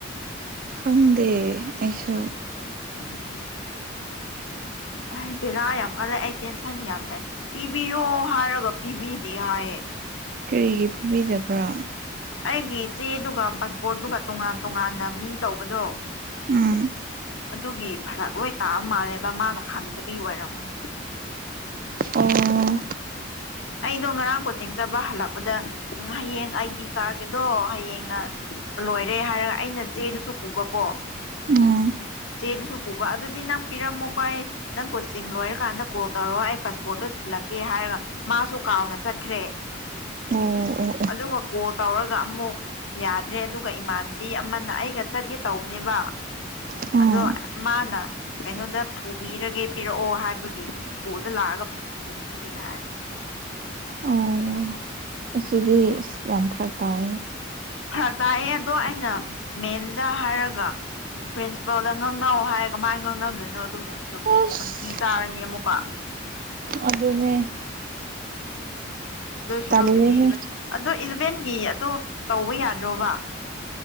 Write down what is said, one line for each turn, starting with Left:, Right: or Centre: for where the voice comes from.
Right: ꯈꯪꯗꯦ ꯑꯩꯁꯨ
Left: ꯎꯝ ꯑꯩ ꯕꯦꯔꯥ ꯌꯥꯝ ꯀꯜꯂꯛꯑ ꯑꯩ ꯇꯦꯟꯁꯟ ꯌꯥꯝ ꯂꯩ ꯄꯤꯕꯤꯌꯣ ꯍꯥꯏꯔꯒ ꯄꯤꯕꯤꯗꯦ ꯍꯥꯏꯌꯦ
Right: ꯀꯔꯤꯒꯤ ꯄꯤꯕꯤꯗꯕ꯭ꯔꯥ
Left: ꯑꯩꯒꯤ ꯆꯦꯗꯨꯒ ꯄꯥꯁꯄꯣꯔꯠꯗꯨꯨꯒ ꯇꯣꯉꯥꯟ ꯇꯣꯉꯥꯟꯅ ꯃꯤ ꯇꯧꯕꯗꯣ
Right: ꯎꯝ
Left: ꯑꯗꯨꯒꯤ ꯐꯔꯥꯛ ꯑꯣꯏ ꯇꯥꯕ ꯃꯥꯜꯂꯦꯕ ꯃꯥꯅ ꯍꯪꯗꯕꯤ ꯑꯣꯏꯔꯝꯃꯅꯤ
Right: ꯑꯣ
Left: ꯑꯩꯗꯣ ꯉꯔꯥꯡ ꯀꯣꯆꯤꯡ ꯆꯠꯄ ꯍꯜꯂꯛꯄꯗ ꯍꯌꯦꯡ ꯑꯩꯗꯤ ꯀꯥꯔꯒꯦꯗꯣ ꯍꯌꯦꯡꯅ ꯂꯣꯏꯔꯦ ꯍꯥꯏꯔꯒ ꯑꯩꯅ ꯆꯦꯗꯨꯁꯨ ꯄꯨꯕꯀꯣ
Right: ꯎꯝ
Left: ꯆꯦꯗꯨꯁꯨ ꯄꯨꯕ ꯑꯗꯨꯗꯤ ꯅꯪ ꯄꯤꯔꯝꯃꯣꯀꯣ ꯑꯩ ꯅꯪ ꯀꯣꯆꯤꯡ ꯂꯣꯏꯔꯀꯥꯟꯗ ꯀꯣꯜ ꯇꯧꯔꯛꯑꯣ ꯑꯩ ꯄꯥꯁꯄꯣꯔꯠꯇꯣ ꯊꯤꯜꯂꯛꯀꯦ ꯍꯥꯏꯔꯒ ꯃꯥꯁꯨ ꯀꯥꯎꯅ ꯆꯠꯈ꯭ꯔꯦ
Right: ꯑꯣ ꯑꯣ
Left: ꯑꯗꯨꯒ ꯀꯣꯜ ꯇꯧꯔꯒ ꯑꯃꯨꯛ ꯌꯥꯗ꯭ꯔꯦ ꯑꯗꯨꯒ ꯏꯃꯥꯟꯅꯕꯤ ꯑꯃꯅ ꯑꯩꯒ ꯆꯠꯒꯦ ꯇꯧꯕꯅꯦꯕ
Right: ꯑꯣ ꯎꯝ
Left: ꯑꯗꯣ ꯃꯥꯅ ꯀꯩꯅꯣꯗ ꯄꯨꯕꯤꯔꯒꯦ ꯄꯤꯔꯛꯑꯣ ꯍꯥꯏꯕꯒꯤ ꯁꯀꯨꯜꯗ ꯂꯥꯛꯑꯒ ꯄꯤꯕꯤꯗꯤ ꯌꯥ
Right: ꯑꯣ ꯑꯁꯤꯗꯤ ꯑꯁ ꯌꯥꯝ ꯐꯔꯛ ꯇꯥꯏ
Left: ꯐꯔꯛ ꯇꯥꯏꯑꯦ ꯑꯗꯣ ꯑꯩꯅ ꯃꯦꯝꯗ ꯍꯥꯏꯔꯒ ꯄ꯭ꯔꯤꯟꯁꯤꯄꯥꯜꯗ ꯉꯥꯡꯅꯧ ꯍꯥꯏꯔꯒ ꯃꯥꯏ ꯉꯥꯡꯅꯗꯣꯏꯅꯣ ꯑꯗꯨꯒꯨꯝꯕꯗꯨꯕꯨ
Right: ꯑꯁ
Left: ꯈꯣꯟꯊꯤ ꯆꯥꯔꯅꯤ ꯑꯃꯨꯛꯀꯥ
Right: ꯑꯗꯨꯅꯦ
Left: ꯗꯣꯏ ꯁꯔꯨꯛꯗꯤ
Right: ꯇꯜꯂꯦꯍꯦ
Left: ꯄꯤꯗꯥꯕꯅ ꯑꯗꯣ ꯏꯂꯥꯚꯦꯟꯒꯤ ꯑꯗꯣ ꯇꯧꯕ ꯌꯥꯗ꯭ꯔꯣꯕꯥ